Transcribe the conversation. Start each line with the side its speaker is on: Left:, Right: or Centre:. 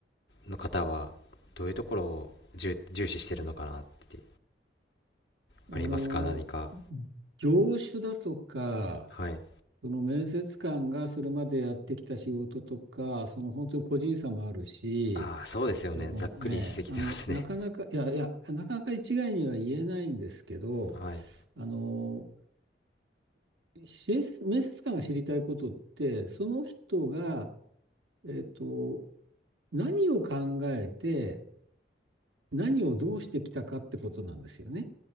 Left: の方は、どういうところを重、重視してるのかなって、ありますか、
Right: あの、
Left: 何か。
Right: 業種だとか、
Left: はい。
Right: その面接官がそれまでやってきた仕事とか、その本当に個人差もあるし、
Left: ああ、そうですよね。
Right: あの、
Left: ざっくりしすぎてますね。
Right: ええ、あの、なかなか、いやいや、なかなか一概には言えないんですけど、
Left: <laughs> はい。
Right: あの、面接面接官が知りたいことって、その人が、えっと、何を考えて、何をどうしてきたかってことなんですよね。